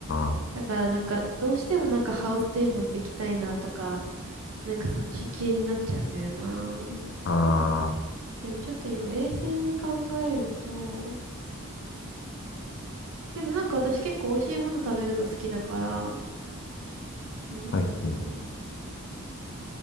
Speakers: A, on the left; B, on the right.
A: あ
B: だからなんかどうしてもなんかハウステンボス行きたいなとか、なんかそっち系になっちゃうんだよな。
A: あ、あ
B: でもちょっと今冷静に考えると、でもなんか私結構美味しいもの食べるの好きだから、なんだろうな。
A: あ、はい、は